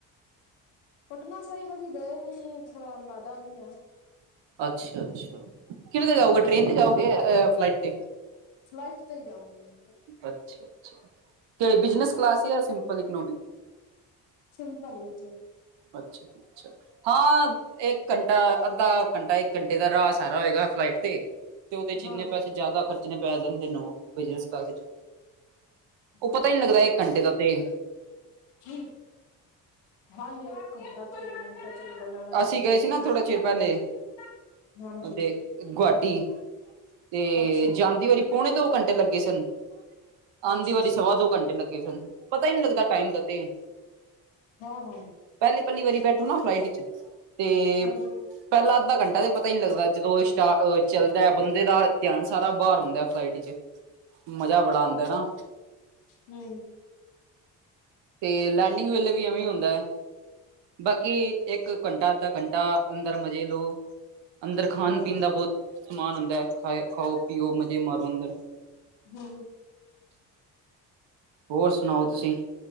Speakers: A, on the left; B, on the right.
A: ਪਟਨਾ ਸਾਹਿਬ ਅਸੀਂ ਗਏ ਨੀ ਥੋੜਾ ਅੰਦਾਜ਼ਾ ਵੀ ਨੀ ਐ
B: ਅੱਛਾ- ਅੱਛਾ ਕਿਦੇ ਤੇ ਜਾਊਗੇ ਟ੍ਰੇਨ ਤੇ ਜਾਓਗੇ ਅ ਫਲਾਈਟ ਤੇ
A: ਫਲਾਈਟ ਤੇ ਈ ਜਾਵਾਗੇ।
B: ਅੱਛਾ -ਅੱਛਾ ਤੇ ਬਿਜਨਸ
A: ਹਾਂਜੀ
B: ਕਲਾਸ ਯਾ ਸਿੰਪਲ ਇਕਨੋਮਿਕ
A: ਸਿੰਪਲ ਇਚ
B: ਅੱਛਾ ਜੀ ਅੱਛਾ ਹਾਂ ਇੱਕ ਘੰਟਾ, ਅੱਧਾ ਘੰਟਾ, ਇੱਕ ਘੰਟੇ ਦਾ ਰਾਹ ਸਾਰਾ ਹੋਏਗਾ ਫਲਾਈਟ ਤੇ ਤੇ ਉਹਦੇ ਚ
A: ਹਾਂ
B: ਇੰਨੇ ਪੈਸੇ
A: ਹਾਂ
B: ਜ਼ਿਆਦਾ ਖਰਚਣੇ ਪੈ ਜਾਂਦੇ ਨੋ ਉਹ ਬਿਜਨਸ ਕਲਾਸ ਚ ਉਹ
A: ਹਾਂਜੀ
B: ਪਤਾ ਹੀ ਨਹੀਂ ਲੱਗਦਾ ਇੱਕ ਘੰਟੇ ਦਾ ਤੇ
A: ਹੂ ਹਾਂਜੀ, ਇੱਕ ਘੰਟਾ ਤੇ ਮਿੰਟਾਂ ਚ ਨਿਕਲ ਜਾਣਾ ਹੈ
B: ਅਸੀਂ
A: ਪਤਾ
B: ਗਏ
A: ਵੀ
B: ਸੀ
A: ਨਹੀਂ
B: ਨਾ,
A: ਲੱਗਦਾ
B: ਥੋੜਾ ਚਿਰ ਪਹਿਲੇ
A: ਹਾਂਜੀ
B: ਤੇ ਗੁਆਟੀ ਤੇ
A: ਅੱਛਾ ਜੀ
B: ਜਾਂਦੀ ਵਾਰੀ ਪੌਣੇ ਦੋ ਘੰਟੇ ਲੱਗੇ ਸਨ, ਆਂਦੀ
A: ਅੱਛਾ
B: ਵਾਰੀ
A: ਅੱਛਾ
B: ਸਵਾ ਦੋ ਘੰਟੇ ਲੱਗੇ ਸਨ। ਪਤਾ ਈ ਨੀ ਲੱਗਦਾ ਟਾਈਮ ਦਾ ਤੇ
A: ਹਾਂ ਹਾਂ
B: ਪਹਿਲੀ -ਪਹਿਲੀ ਵਾਰੀ ਬੈਠੋ ਨਾ ਫਲਾਈਟ ਇਚ ਤੇ
A: ਹਾਂਜੀ
B: ਪਹਿਲਾਂ ਅੱਧਾ ਘੰਟਾ ਤਾਂ ਪਤਾ ਈ ਨਹੀਂ ਲੱਗਦਾ ਜਦੋਂ ਸਟਾਰਟ ਚੱਲਦਾ ਬੰਦੇ ਦਾ ਧਿਆਨ ਸਾਰਾ ਬਾਹਰ ਹੁੰਦਾ ਫਲਾਈਟ ਇਚ ਮਜਾ ਬੜਾ ਆਉਂਦਾ ਨਾ
A: ਹੂ
B: ਤੇ ਲੈਂਡਿੰਗ ਵੇਲੇ ਵੀ ਐਵੇਂ ਈ ਹੁੰਦਾ ਏ ਬਾਕੀ ਇੱਕ ਘੰਟਾ, ਅੱਧਾ ਘੰਟਾ ਅੰਦਰ ਮਜ਼ੇ ਲਓ ਅੰਦਰ ਖਾਣ
A: ਹਾਂ
B: ਪੀਣ ਦਾ ਬਹੁਤ ਸਮਾਨ ਹੁੰਦਾ, ਖਾ ਖਾਓ ਪੀਓ ਮਜ਼ੇ ਮਾਰੋ ਅੰਦਰ।
A: ਹੂੰ
B: ਹੋਰ ਸੁਣਾਓ ਤੁਸੀਂ